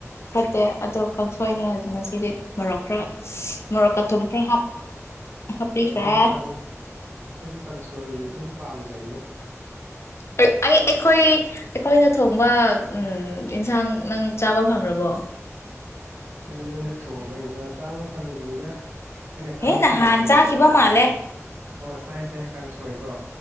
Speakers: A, on the left; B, on the right.
A: ꯐꯠꯇꯦ ꯑꯗꯣ ꯀꯥꯡꯁꯣꯏꯅꯦ ꯉꯁꯤꯗꯤ ꯃꯔꯣꯛ ꯈꯔ ꯃꯣꯔꯣꯛꯀ ꯊꯨꯝ ꯈꯔ ꯍꯥꯞꯄꯤꯈ꯭ꯔꯦ
B: ꯑꯩꯗꯤ ꯀꯥꯡ ꯍꯥꯏꯗꯤ ꯀꯥꯡꯁꯣꯏ ꯑꯗꯨꯝ ꯄꯥꯝꯖꯩꯗ
A: ꯑꯩ ꯑꯩꯈꯣꯏ ꯑꯩꯈꯣꯏꯅ ꯊꯣꯡꯕ ꯎꯝ ꯌꯦꯟꯁꯥꯡ ꯅꯪ ꯆꯥꯕ ꯐꯪꯈ꯭ꯔꯕꯣ
B: ꯅꯪ ꯅꯣꯏꯅ ꯊꯣꯡꯕ ꯌꯦꯟꯁꯥꯡ ꯆꯥꯕ ꯐꯪꯗ꯭ꯔꯤꯗ ꯑꯩꯅ ꯆꯥꯕ
A: ꯍꯦ ꯅꯍꯥꯟ
B: ꯐꯪꯕꯁꯦ
A: ꯆꯥꯈꯤꯕ ꯃꯥꯜꯂꯦ
B: ꯑꯣ ꯆꯥꯏ ꯆꯥꯏ ꯀꯥꯡ ꯁꯣꯏꯀꯣ